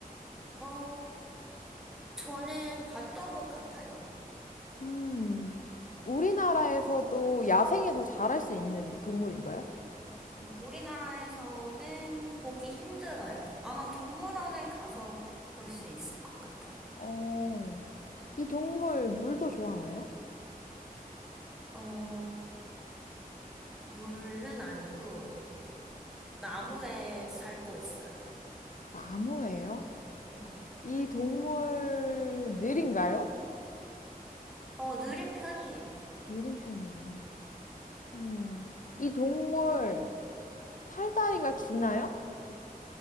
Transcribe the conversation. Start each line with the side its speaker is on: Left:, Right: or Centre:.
Centre: 어, 저는 봤던 것 같아요.
Left: 음, 우리나라에서도 야생에서 자랄 수 있는 동물인가요?
Centre: 어, 우리나라에서는 보기 힘들어요. 아마 동물원에 가서 볼 수 있을 것 같아요.
Left: 어, 이 동물 물도 좋아하나요?
Centre: 어, 물은 아니고, 나무에 살고 있어요.
Left: 나무예요?
Centre: 네.
Left: 이 동물 느린가요?
Centre: 어, 느린 편이에요.
Left: 느린 편이에요. 음, 이 동물 팔다리가 기나요?